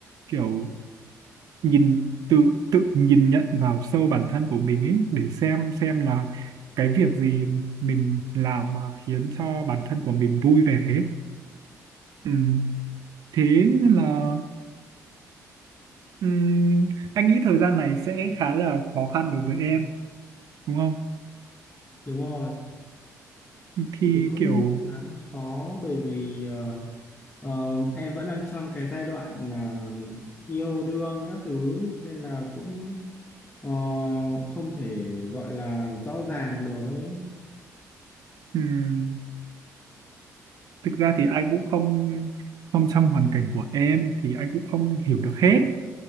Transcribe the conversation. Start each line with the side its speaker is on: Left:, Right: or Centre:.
Right: kiểu nhìn tự tự nhìn nhận vào sâu bản thân của mình ấy để xem xem là cái việc gì mình làm mà khiến cho bản thân của mình vui vẻ ấy. Ừ thế nên là ừm, anh nghĩ thời gian này sẽ khá là khó khăn đối với em đúng không
Left: Đúng rồi
Right: thì
Left: thì cũng
Right: kiểu
Left: khá là khó bởi vì ờ, ờ, em vẫn đang trong cái giai đoạn là yêu đương các thứ nên là cũng ờ, không thể gọi là rõ ràng được ấy
Right: ừm, thực ra thì anh cũng không không trong hoàn cảnh của em thì anh cũng không hiểu được hết